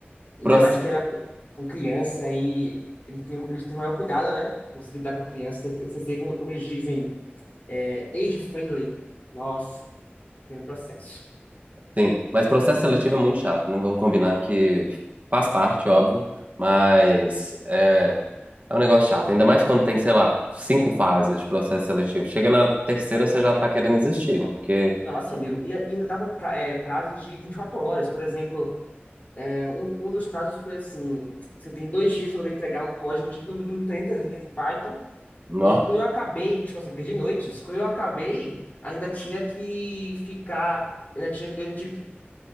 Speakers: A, on the left; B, on the right.
A: Ainda
B: proce-
A: mais que ela co- com criança e ele tem, eles têm o maior cuidado, né? Pra você lidar com criança, você, você sei como, como eles dizem, é, age friendly. Nossa, foi um processo.
B: Sim, mas processo seletivo é muito chato, não vamos combinar que faz parte, óbvio, mas é, é um negócio chato, ainda mais quando tem, sei lá, cinco fases de processo seletivo. Chega na terceira, você já tá querendo desistir, né? Porque.
A: Nossa, amigo, e a- e ainda davam pra- é, prazos de 24 horas. Por exemplo, é, um, um dos prazos foi assim: você tem dois dias para entregar um código de no mínimo 300 linhas em Python.
B: Nó.
A: E aí, quando eu acabei, tipo assim, perdi noites. Quando eu acabei, ainda tinha que ficar. Ainda tinha, eu tive que